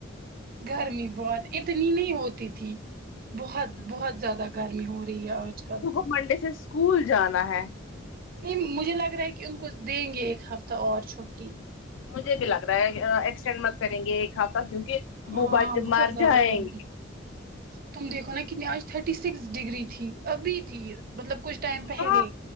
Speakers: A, on the right (about 50°); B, on the left (about 80°).
A: گرمی بہت اتنی نہیں ہوتی تھی بہت بہت زیادہ گرمی ہو رہی ہے آج کل
B: وہ منڈے سے اسکول جانا ہے
A: نہیں مجھے لگ رہا ہے کہ ان کو دیں گے ایک ہفتہ اور چھٹی
B: مجھے بھی لگ رہا ہے ایکسٹینڈ مت کریں گے ایک ہفتہ کیونکہ بو
A: ہاں
B: ب
A: بہت
B: مار
A: زیادہ
B: جائیں
A: گرمی
B: گے
A: تم دیکھو نا کتنی آج تھرٹی سیکس ڈگری تھی ابھی تھی مطلب کچھ ٹائم پہلے
B: ہاں